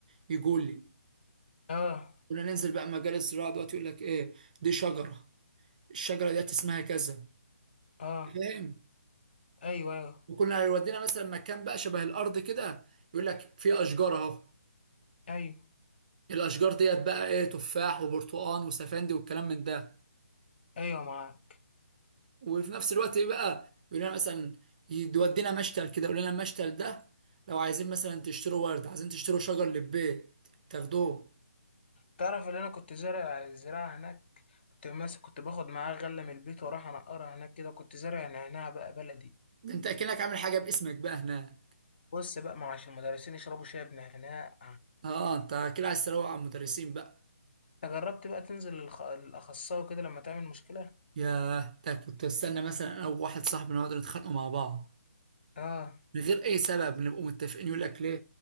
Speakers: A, on the right (about 30°); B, on the left (about 40°).
A: يجوا لي
B: أه
A: كنا ننزل بقى مجال الزراعه دلوقتي يقول لك ايه دي شجره الشجره ديت اسمها كذا
B: أه
A: فاهم
B: أيوه أيوه
A: وكنا يودينا مثلا مكان بقى شبه الارض كده يقول لك في اشجار اهو
B: أيوه
A: الاشجار ديت بقى ايه تفاح وبرتقال وسفندي والكلام من ده
B: أيوه معاك
A: وفي نفس الوقت ايه بقى يقول لنا مثلا يودينا مشتل كده يقول لنا المشتل ده لو عايزين مثلا تشتروا ورد عايزين تشتروا شجر للبيت تاخدوه
B: تعرف اللي انا كنت زارع الزراعة هناك كنت ماسك كنت باخد معاه غلة من البيت واروح انقرها هناك كده كنت زارع نعناع بقى بلدي
A: ده انت اكنك عامل حاجه باسمك بقى هنا
B: بص بقى ما هو عشان المدرسين يشربوا شاي بنعناع
A: اه انت كده عايز تروق على المدرسين بقى
B: انت جربت بقى تنزل للخ- للاخصائي كده لما تعمل مشكلة
A: ياه ده كنت استنى مثلا انا وواحد صاحبي نقعد نتخانقوا مع بعض
B: اه
A: من غير اي سبب نبقوا متفقين يقول لك ليه؟